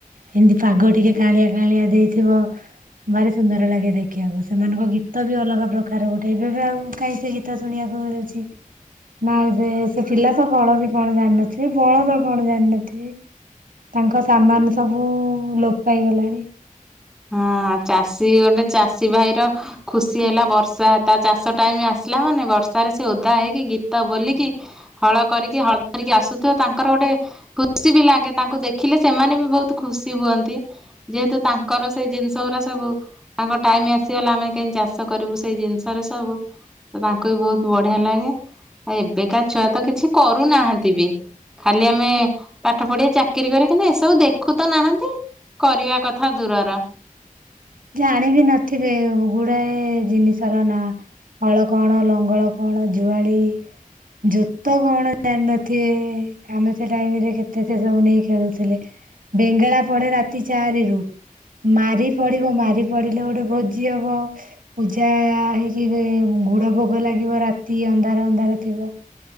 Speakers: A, on the right (about 70°); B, in the centre.
A: ଏମିତି ପାଗ ଟିକେ କାଆଁଳିଆ କାଆଁଳିଆ ଦେଇଥିବ, ଭାରି ସୁନ୍ଦର ଲାଗେ ଦେଖିବାକୁ ସେମାନଙ୍କ ଗୀତ ବି ଅଲଗା ପ୍ରକାର ଗୋଟେ ଏବେବିଆଉ କାଇଁ ସେ ଗୀତ ଶୁଣିବାକୁ ମିଳୁଛି, ନା ଏବେ ସେ ପିଲା ତ ହଳ ବି କଣ ଜାଣିନଥିବେ ବଳଦ କଣ ଜାଣିନଥିବେ। ତାଙ୍କ ସାମାନ ସବୁ ଲୋପ୍ ପାଇଗଲାଣି।
B: ହଁ। ଚାଷୀ ଗୋଟେ ଚାଷୀ ଭାଇ ର ଖୁସି ହେଲା ବର୍ଷା ତା ଚାଷ ଟାଇମ ଆସିଲା ମାନେ ବର୍ଷାରେ ସେ ଓଦା ହେଇକି ଗୀତ ବୋଲିକି ହଳ କରିକି ହଳ ଧରିକି ଆସୁଥିବ ତାଙ୍କର ଗୋଟେ ଖୁସି ବି ଲାଗେ ତାଙ୍କୁ ଦେଖିଲେ ସେମାନେ ବି ବହୁତ ଖୁସି ହୁଅନ୍ତି। ଯେହେତୁ ତା କର ସେଇ ଜିନିଷ ଗୁରା ସବୁ ତାଙ୍କ ଟାଇମି ଆସିଗଲା ଆମେ କେମତି ଚାଷ କରିବୁ ସେଇ ଜିନିଷରେ ସବୁ ତାଙ୍କୁ ବି ବହୁତ ବଢିଆ ଲାଗେ। ଆଉ ଏବେକା ଛୁଆ ତ କିଛି କରୁନାହାନ୍ତି ବି, ଖାଲି ଆମେ ପାଠ ପଢିବା ଚାକିରି କରେ କିନ୍ତୁ ଏସବୁ ଦେଖୁ ତ ନାହାନ୍ତି କରିବା କଥା ଦୂରର।
A: ଜାଣିବି ନଥିବେ ଗୁଡାଏ ଜିନିଷର ନାଁ। ହଳ କଣ? ଲଙ୍ଗଳ କଣ? ଜୁଆଳି ଜୋତ କଣ ଜାଣିନଥିବେ? ଆମେ ସେ ଟାଇମରେ କେତେ ସେ ସବୁ ନେଇ ଖେଳୁଥିଲେ, ବେଙ୍ଗେଳା ପଡେ ରାତି ଚାରି ରୁ। ମାରି ପଡିବ ମା ପଡିଲେ ଗୋଟେ ଭୋଜି ହବ। ପୂଜା ହେଇକି <unintelligible> ଗୁଡ ଭୋଗ ଲାଗିବ ରାତ୍ ତି ଅନ୍ଧାର ଅନ୍ଧାର ଥିବ।